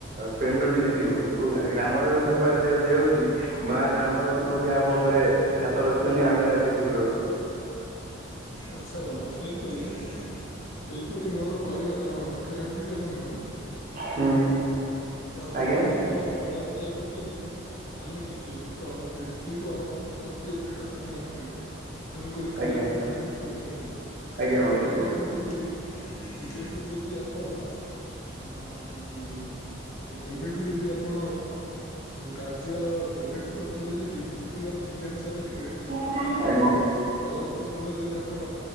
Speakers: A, on the right; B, on the left.
A: ପେଣ୍ଡୁଟି ଜିତିବୁ ଏବଂ ଗ୍ରାମ ଦେବତୀଙ୍କ ପାଖରେ ଯେହେତୁ ହଉଛି ମା ଗ୍ରାମ ଦେବତୀ ମଧ୍ୟ ଆମ ଉପରେ ହାତ ରଖିଛନ୍ତି ଆମେ ଜିତିବୁ ଏ ବର୍ଷ।
B: ଆଛା ବନ୍ଧୁ ସେପରି ସେହିପରି ମୋର କହିବାର ଅର୍ଥ ହେଉଛି ଯେ ବନ୍ଧୁ
A: ହୁଁ।
B: ତ
A: ଆଜ୍ଞା
B: ସମସ୍ତ ଦଳ ପିଲା କହୁଛନ୍ତି ଆମେ ଜିତିବୁ, ତ ଜିତିବ ତ କିଏ ସେଇଟା ସମୟ କହିବ। ତେଣୁକରି ଖେଳରେ
A: ଆଜ୍ଞା
B: ତ ହାର ଜିତି ଅଛି ବନ୍ଧୁ।
A: ଆଜ୍ଞା
B: ତ
A: ବନ୍ଧୁ।
B: ଏବେଠୁ ଯଦି ଏବେଠୁ ଯଦି ଆପ କଣ ଅମ ଏବେଠୁ ଯଦି ଆପଣ। କାର୍ଯ୍ୟ, ଏବେଠୁ ଆପଣ ଯଦି ଜି ଜିତିବାର ଜିଜ୍ଞାସା ରଖିବେ
A: ଆଜ୍ଞା <inaudible> <inaudible>
B: ଉଁ ପରବର୍ତ୍ତୀ ସମୟରେ ଯଦି ଆପଣ